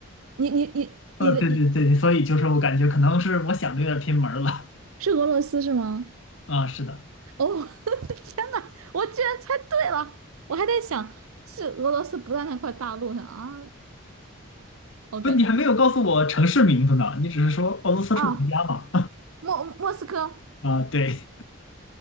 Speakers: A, on the right; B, on the left.
A: 你你你你的你
B: 呃，对对对，所以就是我感觉可能是我想的有点偏门儿了
A: 是俄罗斯是吗？
B: 啊、是的，
A: 哦，<laughs> 天呐，我居然猜对了！我还在想是俄罗斯不在那块大陆上啊。OK
B: 不，你还没有告诉我城市名字呢，你只是说俄罗斯是国家嘛
A: 啊，莫莫斯科。
B: <laughs> 啊、对，